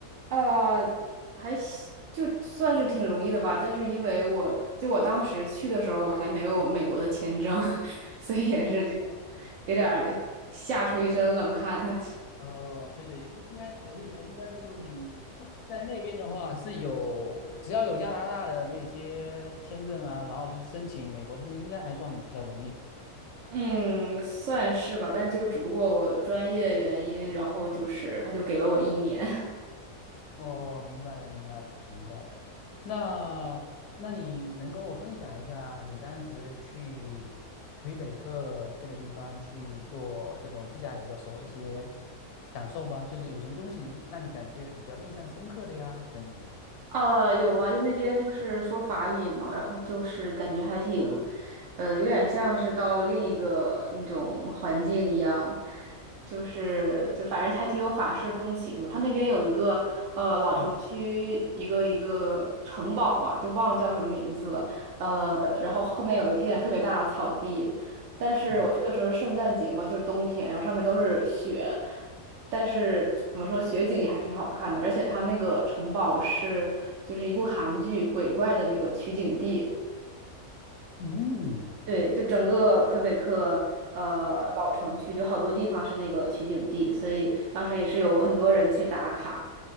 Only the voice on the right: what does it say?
呃，还行就算是挺容易的吧，但是因为我就我当时去的时候，我还没有美国的签证，<laughs> 所以也是就
有点儿吓出一身冷汗。
嗯，算是吧，但就只不过我专业原因，然后就是他就给了我一年。
呃，有啊，就那边就是说法语嘛，然后就是感觉还挺，呃，有点像是到另一个那种环境一样，就是就反正还挺有法式风情的。他那边有一个呃老城区，
一个一个城堡吧，就忘了叫什么名字了，呃，然后后面有一片特别大的草地，但是我去的时候是圣诞节嘛，
就是冬天，然后上面都是雪，但是怎么说，雪景也还挺好看的，而且它那个城堡是就是一部韩剧鬼怪的那个取景地，
对，就整个魁北克呃老城区就好多地方是那个取景地，所以当时也是有很多人去打卡，